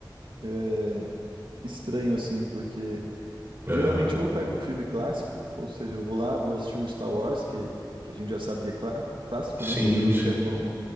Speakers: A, on the right (about 80°); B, on the right (about 30°).
A: é, estranho, assim, porque geralmente
B: Aham.
A: ou eu pego um filme clássico, ou seja, eu vou lá, vou assistir um Star Wars, que, que a gente já sabe que é clá- clássico,
B: Sim,
A: não? Poderoso
B: sim.
A: Chefão.